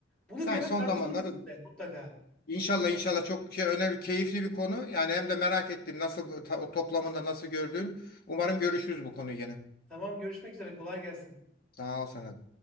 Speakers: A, in the centre; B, on the left.
A: Bunu
B: Sanki
A: bir ara
B: son
A: tartışalım
B: zamanlarda
A: sizinle mutlaka.
B: İnşallah inşallah çok ke- önemli, keyifli bir konu. Yani hem de merak ettim nasıl ta- o toplamında nasıl gördüğün. Umarım görüşürüz bu konuyu yine.
A: Tamam görüşmek üzere kolay gelsin.
B: Sağ ol sana. da.